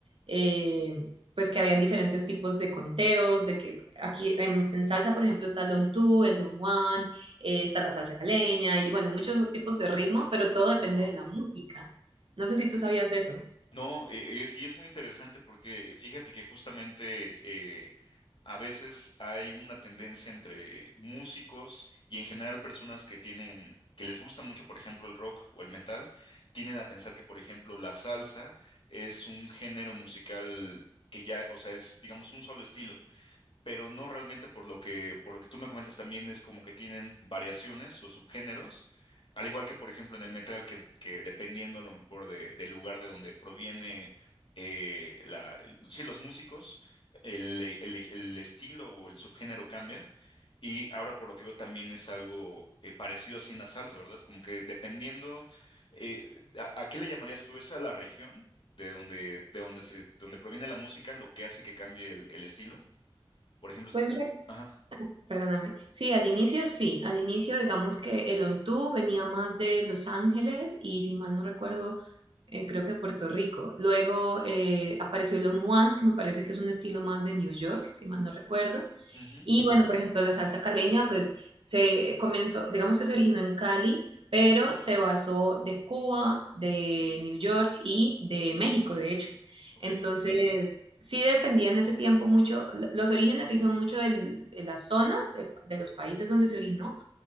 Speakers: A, on the right; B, on the left.
A: eh, pues que habían diferentes tipos de conteos, de que aquí en, en salsa, por ejemplo, está el on two, el on one, eh, está la salsa caleña y bueno, muchos tipos de ritmo, pero todo depende
B: claro.
A: de la música. No sé si tú sabías de eso.
B: No, eh, es, y es muy interesante porque fíjate que justamente eh, a veces hay una tendencia entre músicos y en general personas que tienen, que les gusta mucho, por ejemplo, el rock o el metal, tienden a pensar que, por ejemplo, la salsa es un género musical que ya, o sea, es, digamos, un solo estilo pero no realmente por lo que, por lo que tú me comentas también es como que tienen variaciones o subgéneros, al igual que por ejemplo en el metal que, que dependiendo a lo mejor de, del lugar de donde proviene eh, la, el- sí, los músicos, el, el- el estilo o el subgénero cambia y ahora por lo que veo también es algo eh, parecido así en la salsa, ¿verdad? Como que dependiendo, eh, ¿a, a qué le llamarías tú? ¿Es a la región? De donde, de donde se, donde proviene la música, lo que hace que cambie el el estilo. Por ejemplo, es-
A: Pues mira,
B: ajá,
A: perdóname. Sí, al inicio sí, al inicio digamos que el on two venía más de Los Ángeles y si mal no recuerdo, eh, creo que de Puerto Rico. Luego eh, apareció el on one, que me parece que es un estilo más de New York, si mal no recuerdo.
B: ujú,
A: Y bueno, por ejemplo, la salsa caleña, pues se comenzó, digamos que se originó en Cali, pero se basó de Cuba, de New York y de México, de hecho.
B: ok,
A: Entonces, sí dependía en ese tiempo mucho, l- los orígenes sí son mucho del- de las zonas, de, de los países donde se originó,